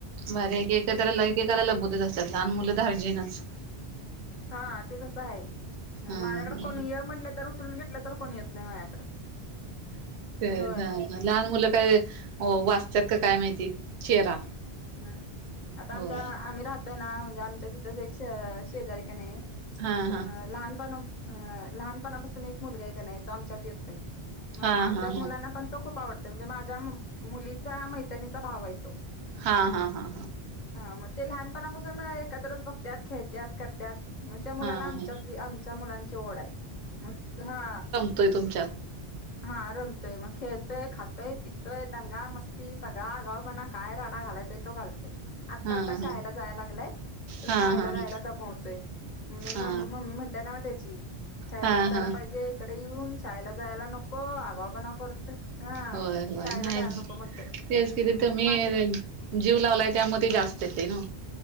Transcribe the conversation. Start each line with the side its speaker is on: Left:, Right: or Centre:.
Right: बारी एक त्याला लैखिकाला लबतच असतात लहान मुललं दारजीनच
Left: हा ते तसं आहे
Right: हा
Left: माझ्याकडे
Right: ह
Left: कोणी ये म्हटलं तर उचलून घेतलं तर कोणी येत नाही माझ्याकडं
Right: ते
Left: होय
Right: जा लहान मुलं काय वाचतात का काय माहिती चेहरा
Left: ह आता
Right: हो
Left: आमच्या आम्ही राहतोय ना म्हणजे आमच्या तिथंच एके शेजारी का नाही आहे
Right: हा
Left: असं
Right: हा
Left: लहानपणां लहानपणापासून एक मुलगा आहे का नाही तो आमच्यात येतोय म
Right: हा
Left: आमच्या
Right: हा हा
Left: मुलांना
Right: हा
Left: पण तो खूप आवडतो म्हणजे माझ्या मुलीचा मैत्रिणीचा भाव येतो
Right: हा हा हा
Left: हा मग ते लहानपणापासून एकत्रच बघतात खेळतात करतात मग त्या मुलाला
Right: हा
Left: आमच्यातली
Right: हा
Left: आमच्या मुलांची ओढ आहे म हा
Right: हो तुमच्या
Left: हा रमतोय मग खेळतोय खातोय पितोय दंगा मस्ती सगळा आगाव पणा काय राडा घालायत घालतय आता
Right: हा
Left: आता
Right: हा
Left: शाळेला जायला लागलाय तर
Right: हा
Left: शाळेला
Right: हा
Left: जायला
Right: ह
Left: दमवतोय मी
Right: हा
Left: म मम्मी म्हणताय ना म त्याची खेळात
Right: हा
Left: बसायला
Right: हा
Left: पाहिजे इकडे येऊन शाळेला जायला नको नको आगा पणा करत ह
Right: होय होय
Left: शायला
Right: नाही
Left: द्यायला नको मग ते
Right: तेच किती तुम्ही
Left: आणि माझी
Right: जीव लावलाय त्यामध्ये ते जास्त येत ना